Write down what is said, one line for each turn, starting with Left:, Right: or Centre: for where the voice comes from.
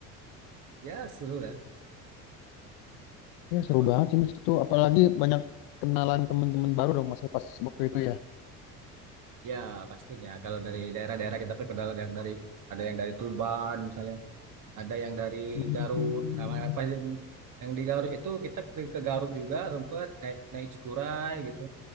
Right: Ya seru lah.
Left: Ya, seru
Right: Nah,
Left: banget sih, Mas itu. Apalagi banyak kenalan teman-teman baru dong, Mas, ya, pas waktu itu ya.
Right: Ya, pastinya. Kalau dari daerah-daerah kita terkenal ada yang dari ada yang dari Tuban misalnya, ada yang dari
Left: Hmm.
Right: Garut. Sama apa yang yang di Garut itu kita ke, ke Garut juga sempat naik naik Cikuray gitu.